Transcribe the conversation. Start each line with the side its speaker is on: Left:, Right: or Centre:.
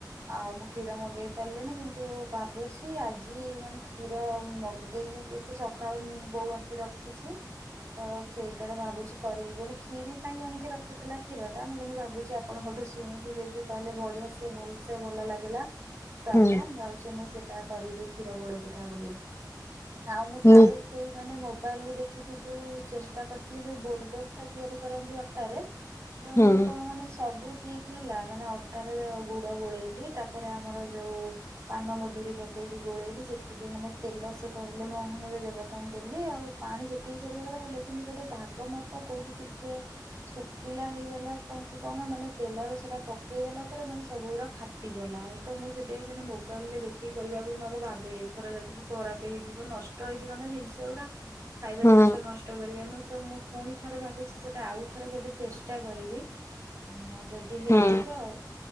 Right: ଆଉ ମୁଁ କ୍ଷୀର ମଗେଇ ପାରିଲେଣି କିନ୍ତୁ ଭାବୁଛି ଆଜି ମାନେ କ୍ଷୀର ମଗେଇକି ତ ସକାଳୁ ମୁଁ ବୋଉ ଆଣିକି ରଖିଛି ତ ସେଇ ଏଟାରେ ଭାବୁଛି କରିବି ବୋଲି କ୍ଷୀରି ପାଇଁ ଆଣିକି ରଖିଥିଲା କ୍ଷୀରଟା। ମୁଁ କିନ୍ତୁ ଭାବୁଛି ଆପଣଙ୍କଠୁ ଶୁଣିକି ସେଥିରୁ କହିଲେ ବଢିଆ ସେ ଭଲ ସେ ଭଲ ଲାଗିଲା। ସ୍ଵାଦ
Left: ହୁଁ ହୁଁ
Right: ମୁଁ ଭାବୁଛି ମୁଁ ସେ ଟା କରିବି କ୍ଷୀର ପୋଡ ପିଠା ବୋଲି ଆଉ ମୁଁ
Left: ହୁଁ
Right: ଥରେ ସେଇମାନେ ମୋବାଇଲରୁ ଦେଖିକି ଯୋଉ ଚେଷ୍ଟା କରିଥିଲି ଯୋଉ ବୋଲଡର ଟା ତିଆରି କରନ୍ତି ଅଟା ରେ ତ
Left: ହୁଁ
Right: ମୋର କଣ ମାନେ ସବୁ ଠିକ ହେଲା ମାନେ ଅଟାରେ ଗୁଡ଼ ଗୋଳେଇଲି ତାପରେ ଆମର ଯଉ ପାନ ମଧୁରୀ ପକେଇକି ଗୋଳେଇଲି ଯେତିକି ମାନେ ତେଲ ସେ କହିଲେ ମହନରେ ଦେବାକୁ ପାଇଁ ଦେଲି ଆଉ ପାଣି ଯେତିକି କରିବା କଥା ହେଲେ କିନ୍ତୁ ବୋଧେ ଭାଗ ମାପ କୋଉଠି ଟିକେ ଶୁଖିଲା ହେଇଗଲା କଣ ମାନେ ତେଲରେ ସେଟା ପକେଇ ଦେଲା ପରେ ମାନେ ସବୁ ଗୁରା ଫାଟିଗଲା ଆଉ ତ ମୁଁ ସେଥିପାଇ ମାନେ ମୋବାଇଲ ରେ ଦେଖିକି କରିବା ଆଗ ମୁଁ ଭାବେ। ଏଥର ଯଦି ଖରାପ ହେଇଯିବ ନଷ୍ଟ ହେଇଯିବ ନା ଜିନିଷ ଗୁରା ଖାଇବା
Left: ହୁଁ
Right: ଜିନିଷ ନଷ୍ଟ କରିବା ନୁ ତ ମୁଁ ପୁଣି ଥରେ ଭାବିଛି ସେଟା ଆଉ ଥରେ କେବେ ଚେଷ୍ଟା କରିବି। ହଁ ଯଦି ହେଇଯିବ
Left: ହୁଁ
Right: ଆଉ।